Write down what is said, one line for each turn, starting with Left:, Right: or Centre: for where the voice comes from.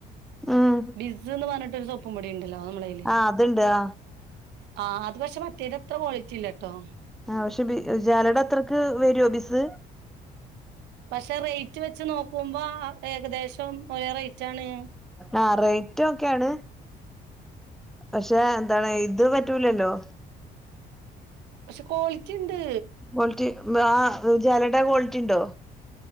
Centre: ഉം
Right: ബിസ് എന്ന് പറഞ്ഞട്ട ഒരുൊപ്പ മുൊടി ഉണ്ടല്ലോ നമ്മളെ
Centre: അതുണ്ട് ആ
Right: ആ അത് പക്ഷെ മറ്റേ ൻ്റെ അത്ര ക്വാളിറ്റി ഇല്ലട്ടോ
Centre: ആ പക്ഷെ ബി ഉജാലടെ അത്രയ്ക്ക് വരുമോ ബിസ്
Right: പക്ഷെ റേറ്റ് വെച്ച് നോക്കുമ്പോ ഏകദേശം ഒരേ റേറ്റ് ആണ്
Centre: ആഹ റേറ്റ് ഒക്കെയാണ് പക്ഷെ എന്താണ് ഇത് പറ്റൂലല്ലോ
Right: പക്ഷെ കോളിറ്റിണ്ട്
Centre: ക്വാളിറ്റി ആ ഉജാലട ക്വാളിറ്റി ഉണ്ടോ